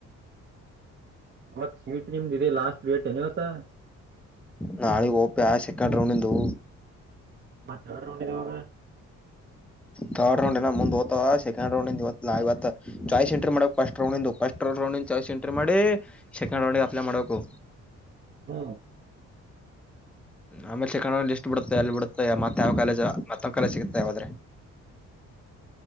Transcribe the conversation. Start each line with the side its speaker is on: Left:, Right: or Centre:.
Right: ಮತ್ ಸ್ವೀಟ್ ನಿಮ್ದು ಇದೆ ಲಾಸ್ಟ್ ರೇಟ್ ಏ ಇವತ್ತ
Centre: ನಾಳಗ್ ಓಪೆ ಸೆಕೆಂಡ್ ರೌಂಡ್ಂದು
Right: ಮತ್ತ ಎಡ್ ರೌಂಡ ಇದ ಇವಾಗ
Centre: ತರ್ಡ್ ರೌಂಡ್ ನ ಮುಂದ್ ಓತ ಸೆಕಂಡ್ ರೌಂಡ್ ಇವ ನಾ ಇವತ್ತು ಚಾಯ್ ಎಂಟ್ರಿ ಮಾಡಬೇಕ್ first round first round choice entry ಮಾಡಿ ಸೆಕಂಡ್ ರೌಂಡ್ಗೆ ಅಪ್ಲೈ ಮಾಡ್ಬೇಕು
Right: ಹ್ಮ
Centre: ಆಮೇ ಚಿಕಣ ಇಲ್ಲಿ ಬಿಡುತ್ತೆ ಅಲ್ಲಿ ಬಿಡುತ್ತೆ ಮತ್ತ ಯಾವ ಕಾಲೇಜ ಮತ್ತೊ ಕಾಲೇಜ ಸಿಗುತ್ತ ಯಾವದ್ರೆ